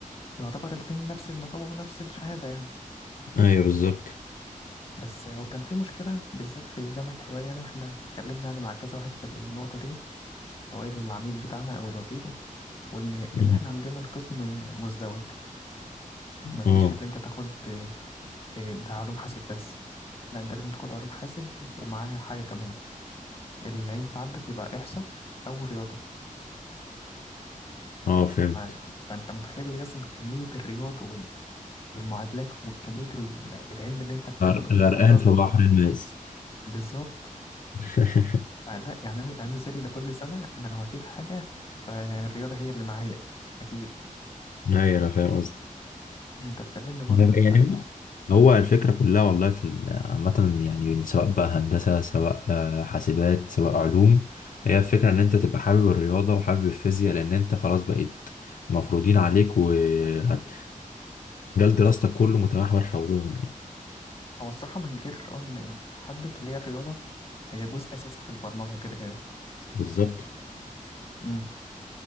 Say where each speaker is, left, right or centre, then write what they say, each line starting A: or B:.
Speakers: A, on the left; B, on the left.
A: ويعتبر الاتنين نفس النقابه ونفس الشهاده يعني
B: ايوه بالظبط
A: بس هو كان في مشكلة بالذات في جامعة حلوان يعني واحنا اتكلمنا يعني مع كذا واحد في النقطة دي سواء العميد بتاعنا أو الوكيل وإن
B: مم.
A: إن إحنا عندنا القسم مزدوج مفيش
B: اه
A: اللي أنت تاخد آه، آه، ده علوم حاسب بس لا أنت لازم تاخد علوم حاسب ومعاها حاجة كمان اللي أنت عندك يبقى إحصاء أو رياضة
B: اه فهمت
A: ف- فأنت متخيل لي أصلا كمية الرياضة وال- والمعادلات وكمية ال- العلم اللي أنت بتاخده
B: غر-
A: في
B: غرقان
A: الرياضة
B: في بحر الماس
A: بالظبط
B: <laughs>
A: فلا يعني انا يبقى عندي الزري ده كل سنه انا لو هشيل حاجه فالرياضه هي اللي معايا اكيد
B: ايوه انا فاهم قصدك
A: انت بتكلمني برضه
B: يعني
A: انت
B: هو هو الفكرة كلها والله في ال- عامة يعني سواء بقى هندسة سواء آه، حاسبات سواء علوم هي الفكرة ان انت تبقى حابب الرياضة وحابب الفيزياء لان انت خلاص بقيت مفروضين عليك ومجال دراستك كله متمحور حولهم يعني
A: هو الصراحه ما انكرش اه ان حبه اللي هي الرياضه هي جزء اساسي في البرمجه كده كده
B: بالظبط
A: امم